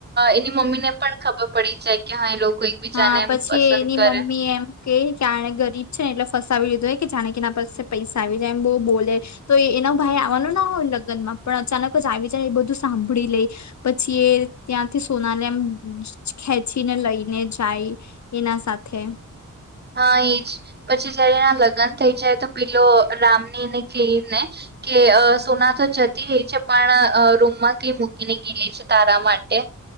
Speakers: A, on the right; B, on the left.
A: એની મમ્મી ને પણ ખબર પડી જાય કે હા એ લોકો એકબીજાને
B: હા
A: એમ
B: પછી
A: પસંદ
B: એની
A: કરે
B: મમ્મી એમ કે આને ગરીબ છે ને એટલે ફસાવે આની લીધે કે જાણે કે એના પાસે પૈસા આવી જાય એમ બહુ બોલે તો એનો ભાઈ આવાનો ના હોય લગ્ન માં પણ અચાનક જ આવી જાય એ બધું સાંભળી લે પછી એ ત્યાંથી સોનાને એમ ખેંચીને લઈને જાય એના સાથે
A: હા એજ પછી જયારે એના લગ્ન થઈ જાય તો પેલો રામ ની ને ક્હૅ ને કે સોના તો જતી રહી છે પણ રૂમમાં કઈ મૂકીને ગઈ છે તારા માટે